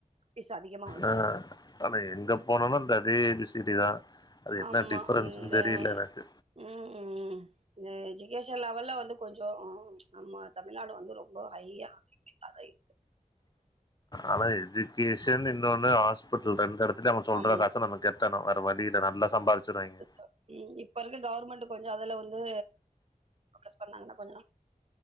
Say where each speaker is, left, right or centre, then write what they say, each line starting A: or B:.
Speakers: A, on the right; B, on the left.
A: ஃபீஸ் அதிகமா வந்திருக்கு
B: அ ஆனா எங்க போனாலு இந்த அதே ஏ பி சி டிதா அது என்ன
A: ஆமா
B: டிஃப்ரென்ஸுன்னு
A: இந்த
B: தெரில எனக்கு
A: ம் ம் இந்த எஜுகேஷன் லெவல்ல வந்து கொஞ்சோ நம்ம தமிழ்நாடு வந்து ரொம்ப ஹையா அதா இருக்கு
B: ஆனா எஜுக்கேஷன் இன்னொன்னு ஆஸ் பிட்ல் ரெண்டு எடத்துலியு அவ சொல்ற
A: ஆமா
B: காச நம கெட்டணு வேற வழி இல்ல நல்லா சம்பாதிச்சறாய்ங்க.
A: அ ம் இப்ப இருக்க கவர்மெண்டு கொஞ்சோ அதுல வந்து ஃபோகஸ் பண்ணாங்கன்னா கொஞ்சோ